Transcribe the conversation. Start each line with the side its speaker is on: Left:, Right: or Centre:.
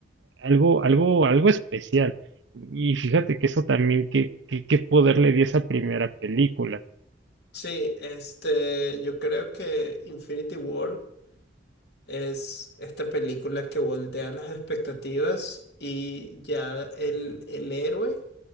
Right: algo, algo, algo especial. Y fíjate que eso también, qué, qué, qué poder le dio esa primera película.
Left: Sí, este, yo creo que Infinity War es esta película que voltea las expectativas y ya el, el héroe